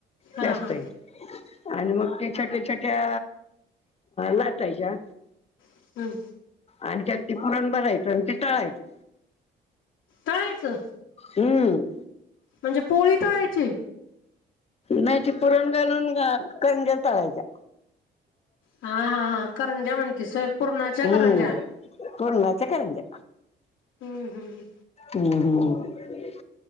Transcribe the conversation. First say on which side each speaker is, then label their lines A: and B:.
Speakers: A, on the left; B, on the left.
A: हा
B: जास्त
A: हा
B: आहे. आणि मग ते छोट्या छोट्या लाटायच्या
A: हम्म
B: आणि त्यात ते पुरण भरायच. आणि ते तळायचं.
A: तळायचं.
B: हम्म
A: म्हणजे पोळी तळायची
B: नाही ती पुरण घालून करंज्या तळायच्या.
A: हा हा हा करंज्या म्हणतीस वय. पुरणाच्या
B: हम्म
A: करंज्या.
B: पुरणाच्या करंज्या.
A: हम्म हम्म हम्म
B: हम्म हम्म हम्म